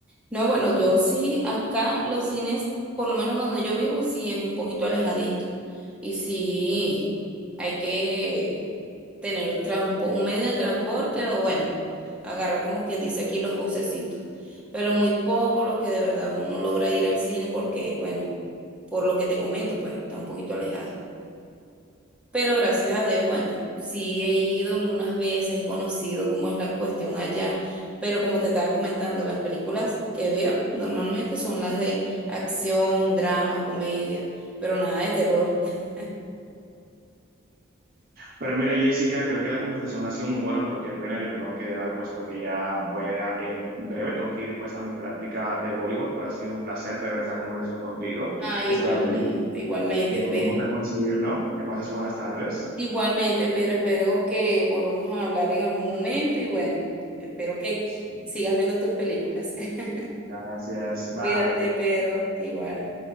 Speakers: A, in the centre; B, on the right.
A: No, bueno, yo sí, acá los cines, por lo menos donde yo vivo, sí es un poquito alejadito. Y sí, hay que tener un transpo- un medio de transporte o bueno, agarrar como quien dice aquí los bucecitos. Pero muy poco lo que de verdad uno logra ir al cine porque, bueno, por lo que te comento, pues está un poquito alejado. Pero gracias a Dios, bueno, sí he ido algunas veces, he conocido cómo es la cuestión allá, pero como te estaba comentando, las películas que veo normalmente son las de acción, drama, comedia, pero nada de terror. <laughs>
B: Pero mira, Jessica, creo que la conversación ha sido muy buena, pero qué pena que te tengo que dejar pues porque ya voy a, en breve, tengo que ir pues a mi práctica de voleibol, pero ha sido un placer tener esta conversación contigo,
A: Ah, igualmente,
B: esperando que,
A: igualmente,
B: que volvamos
A: Pedro.
B: a coincidir, ¿no? Que pases buenas tardes.
A: Igualmente, Pedro, espero que volvamos a hablar en algún momento y bueno, espero que
B: Sí,
A: sigas viendo tus películas. <laughs>
B: Gracias, bye.
A: Cuídate, Pedro, igual.